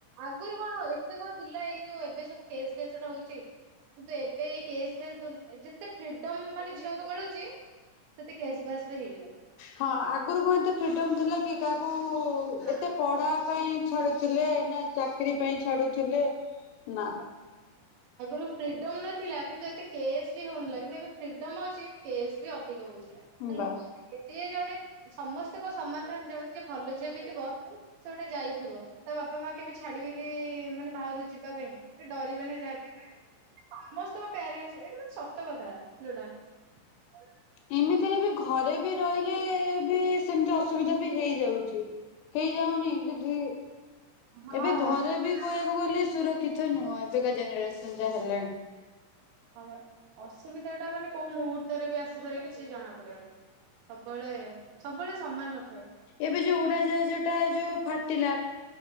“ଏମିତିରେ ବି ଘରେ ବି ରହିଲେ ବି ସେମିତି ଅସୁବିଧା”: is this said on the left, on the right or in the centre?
Left